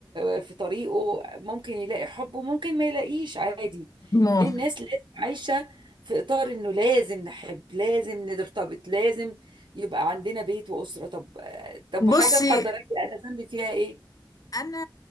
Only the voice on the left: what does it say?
ما
بصي
انا